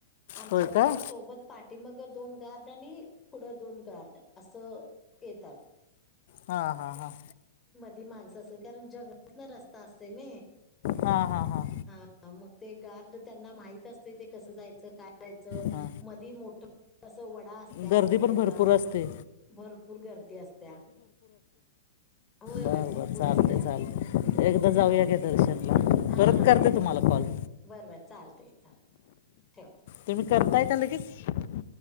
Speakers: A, on the left (about 15°); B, on the left (about 55°).
A: आमच्याबरोबर
B: होय का
A: सोबत पाठीमाग दोन गार्ड आणि पुढं दोन गार्ड असं येतात.
B: हा हा हा.
A: ती माणसं असेल, कारण जगात ना रस्ता असते न
B: हा हा हा.
A: मग ते गार्ड त्यांना माहिती कस जायच, काय करायच,
B: हां
A: मधी मोठ अस, वाट ड असत्यात
B: गर्दी
A: डोंगरात,
B: पण भरपूर असते
A: भरपूर गर्दी असत्या. होय होय
B: बर
A: भरपूर
B: बर चालते,
A: असत्या
B: चालते एकदा
A: हा
B: जाऊ या का? दर्शनला.
A: हा
B: परत
A: हा
B: करते
A: जाऊया
B: तुम्हाला
A: जाऊया
B: कॉल.
A: बरं बर चालते चालते ठेवते.
B: तुम्ही करताय का? लगेच.